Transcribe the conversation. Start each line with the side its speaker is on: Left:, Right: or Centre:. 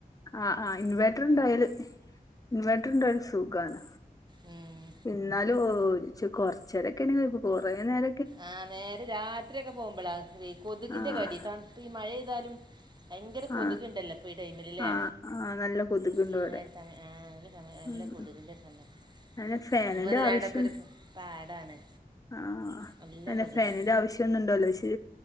Left: ആ ആ ഇൻവേട്ടർ ണ്ടായാല് ഇൻവെട്ടർ ണ്ടായാല് സുഖാണ്
Right: ഉം.
Left: ഇന്നാലൂ ഇച്ച് കൊറ്ച്ചേരൊക്കെണെങ്കി കൊയ് കൊറേ നേര
Right: ആഹ് നേരെ രാത്രി ഒക്കെ പോവുമ്പളാ വെ കൊതുകിന്റെ
Left: ആഹ്
Right: കടി തൺത്ത് ഈ മഴെയ്താലും ഭയങ്കര കൊതുക്
Left: ആഹ്
Right: ണ്ടല്ലോ പ്പ ഈ ടൈമില് ലെ
Left: ആഹ് ആഹ് നല്ല കൊതുകുണ്ട്
Right: ഈ
Left: ഇവിടെ
Right: നേ സമ ആഹ് നല്ല സമയ നല്ല
Left: ഉം
Right: കൊതുകിന്റെ സമയ
Left: അങ്ങനെ ഫാനിന്റെ
Right: ഞങ്ങളെതിലാണ്ടൊക്കൊരു
Left: ആവശ്യം
Right: പാടാണ്
Left: ആഹ്
Right: നല്ല
Left: അന്നെ
Right: കൊതുകാണ്
Left: ഫേനിന്റെ ആവശ്യം ഒന്നുണ്ടോലൊയ് പക്ഷേ